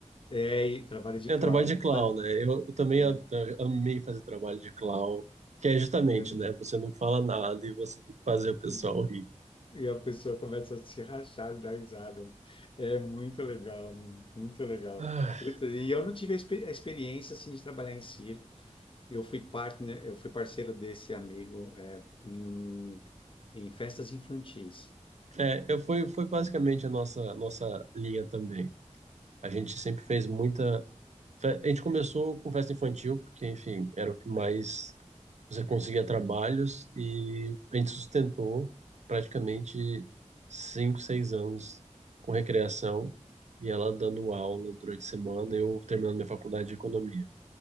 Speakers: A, on the left (about 45°); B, on the right (about 65°).
A: é, e trabalho de
B: É,
A: clown.
B: trabalho de
A: E,
B: clown,
A: faz-
B: né? Eu, eu também
A: é,
B: a- a- amei fazer trabalho de clown, que é justamente,
A: eu-
B: né? Você não fala nada e você tem que fazer o pessoal
A: eu-
B: rir.
A: e a pessoa começa a se rachar e dar risada. É muito legal, muito legal.
B: Ah,
A: Puta, e eu não tive a, expe- a experiência assim de trabalhar em circo. eu fui partner, eu fui parceiro desse amigo é, em, em festas infantis.
B: é, eu, foi, foi basicamente a nossa, nossa linha também. A gente sempre fez muita. fe- A gente começou com festa infantil, porque, enfim, era o que mais você conseguia trabalhos e a gente sustentou praticamente cinco, seis anos com recreação e ela dando aula durante a semana, eu terminando minha faculdade de economia.